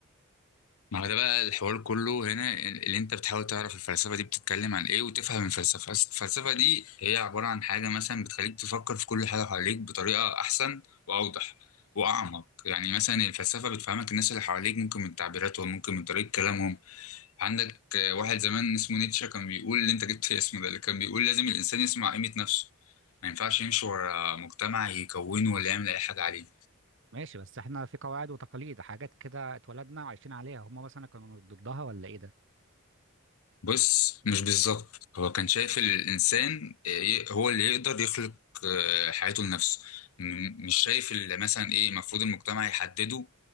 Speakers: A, on the left; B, on the right.
A: ما هو ده بقى الحوار كله هنا اللي انت بتحاول تعرف الفلسفة دي بتتكلم عن ايه وتفهم الفلسفة أصل الفلسفة دي هي عبارة عن حاجة مثلا بتخليك تفكر في كل حاجة حواليك بطريقة أحسن وأوضح وأعمق يعني مثلا الفلسفة بتفهمك الناس اللي حواليك ممكن من تعبيراتهم ممكن من طريقة كلامهم عندك واحد زمان اسمه نيتشه كان بيقول اللي انت جبت اسمه ده اللي كان بيقول لازم الانسان يسمع قيمة نفسه ما ينفعش يمشي ورا مجتمع يكونه ولا يعمل اي حاجة عليه
B: ماشي بس احنا في قواعد وتقاليد حاجات كده اتولدنا وعايشين عليها هم مثلا كانوا ضدها ولا ايه ده
A: بص مش بالظبط هو كان شايف الانسان ي- هو اللي يقدر يخلق آه، حياته لنفسه م- مش شايف اللي مثلا ايه المفروض المجتمع يحدده